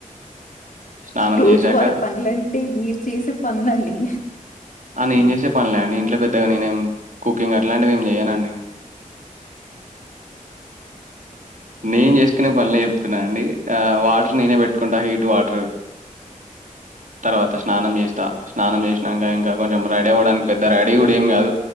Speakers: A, on the right; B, on the left.
A: స్నానం
B: రోజువారి
A: చేశాక
B: పనులంటే మీరు చేసే పనులండి
A: ఆ నేను చేసే పనులే అండి ఇంట్లో పెద్దగా నేనేం కుకింగ్ అట్లాంటిది ఏం చేయనండి. నేను చేసుకునే పనులే చెప్తున్నా అండి ఆ వాటర్ నేనే పెట్టుకుంటా హీట్ వాటర్ తర్వాత స్నానం చేస్తా స్నానం చేసినాంక ఇంకా కొంచెం రెడీ అవ్వడానికి పెద్ద రెడీ కూడా ఏమి కాదు